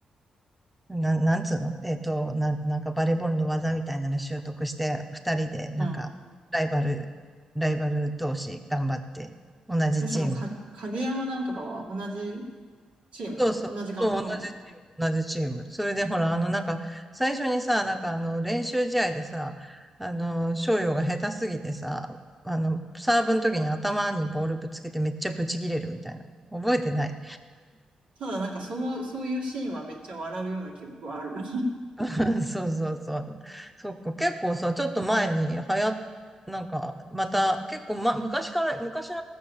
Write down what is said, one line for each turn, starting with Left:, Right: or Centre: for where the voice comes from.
Centre: なん、なんつうのえっと、なん、なんかバレーボールの技みたいなの習得して、二人でなんか、
Right: うん。
Centre: ライバル、ライバル同士頑張って、同じチーム
Right: で、そのか、影山なんとかは同じチームなの同じ学校なの
Centre: そうそう。そう、同じチーム、同じチーム。それでほら、あの、なんか、最初にさ、なんかあの、練習試合でさ、あの、翔陽が下手すぎてさ、あの、サーブの時に頭にボールぶつけてめっちゃブチ切れるみたいな。覚えてない
Right: ただなんかその、そういうシーンはめっちゃ笑うような記憶はあるな。
Centre: <laughs> そうそうそう。そっか、結構さ、ちょっと前に流行っ、なんか、また、結構、ま、昔から、昔の